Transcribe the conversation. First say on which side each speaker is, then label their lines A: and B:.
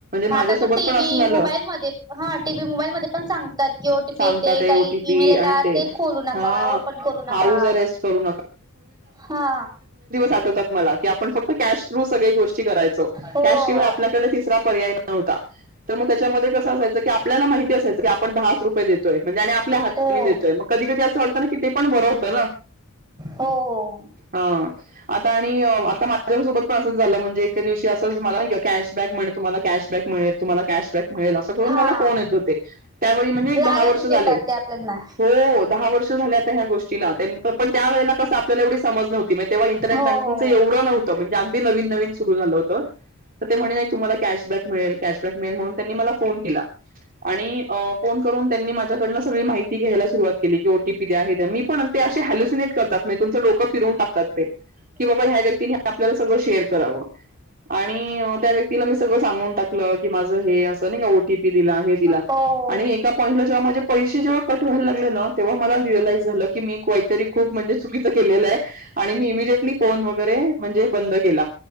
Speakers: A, on the right (about 40°); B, on the right (about 20°).
A: माझ्यासोबत
B: आता तो टीव्ही
A: पण असं झालं
B: मोबाईलमध्ये हा टीव्ही मोबाईलमध्ये पण सांगतात किओ टी
A: सांगता
B: येते
A: ते
B: काही
A: ओटीपी
B: इईमेल येतात
A: आणि
B: ते खोलू नका
A: हा
B: ओपन करू नका
A: हाऊस अरेस्ट करू
B: हा
A: पाठवतात मला की आपण फक्त कॅश थ्रू सगळी गोष्टी करायचो
B: हो
A: कॅशिवाय आपल्याकडे तिसरा पर्याय नव्हता तर मग त्याच्यामध्ये कसं असायचं की आपला माहि असयचं की आपण दहाच रुपये देतोय म्हणजे आणि आपल्या हात
B: हो. हो
A: देतोय मग कधी कध असं वाटतं ना की ते पण बरवतं ना
B: हो हो
A: हा आता आणि आता माझ्या सोबत प्र असेच झालं म्हणजे एकका दिवशी असं मला नाही का कॅशबॅक म्हण तुम्हाला कॅशबॅक मिळेल तुम्हाला कॅशबॅक मिळेल असं करून
B: हा.
A: मला फोन येत होते त्यावेळी म्हणजे एक
B: लालच
A: दहा वर्ष
B: देतात
A: झाले
B: ते आपल्याना.
A: हो दहा वर्ष झाले ह्या गोष्टी पण त्या वेळेला कस आपल्याला एवढी समज नव्हत. ग तेव्हा इंटरनेट
B: हो
A: बँकिंगचं
B: हो
A: एवढं नव्हत म्हणजे अगदी नवीन नवीन सुरू झालं होतं. तर ते म्हणे नाही तुम्हाला कॅशबॅक मिळेल कॅशबॅक मिळेल म्हणून त्यांनी मला फोन केला. आणि फोन करून त्यांनी माझ्याकडन सगळी माहिती. ती घ्यायलारवात केली क ओ टी द आहे द मी पण ते असे हॅलुसिनेट करताती तुमचंडोकं फिरून टकतात. की बाबा ह्या व्यक्तीने आपल्याला सगळं शेअर करावं. आणि त्या व्यक्तीला मी सगळं सांगून टाकलं की माझं हे असं नाही का ओटीपी दिला हे दिला.
B: हो. हो
A: आणि एक. पॉंट जेव्हा माझे पैसे जेव्हा कट व्हायला लागले ना तेव्हा मला रिअलाईज झालं की मी काहीतरी खूप म्हणजे चकी केलं आहे आणि मी इमिजिएटली फोन वगैरे म्हणजे बंद केला.